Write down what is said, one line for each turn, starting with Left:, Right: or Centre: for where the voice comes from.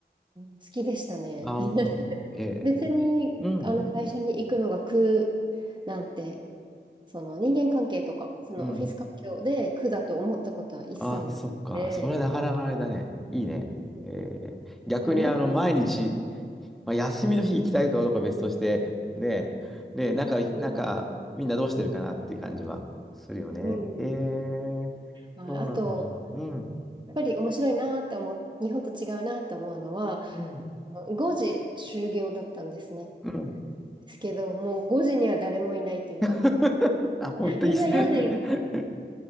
Right: 好きでしたね。
Centre: あ、ほんと。
Right: <laughs>
Centre: ええ、
Right: 別に、
Centre: うん、
Right: あの、会社に行くのが苦なんて、その人間関係とか、そのオフィス環境で苦だと思ったことは一切なくて、
Centre: うん。あ、そっか。それなかなかあれだね。いいね。
Right: うん、
Centre: え
Right: い
Centre: え、逆にあの、
Right: や、なんか、
Centre: 毎日、まあ、休みの日行きたいかどうかは別として、ねえ、ねえ、なんか、
Right: うん、
Centre: なんか、みんなどうしてるかなっていう感じはするよね。
Right: うん。
Centre: ええ、
Right: あ、
Centre: そうなんだ。
Right: あと、
Centre: うん、
Right: やっぱり面白いなと思う、日本と違うなと思うのは、
Centre: うん、
Right: 5時終業だったんですね。
Centre: うん。
Right: ですけど、もう5時には誰もいないというか、
Centre: <laughs> あ、ほんといいっす。
Right: みんな4時、
Centre: <laughs>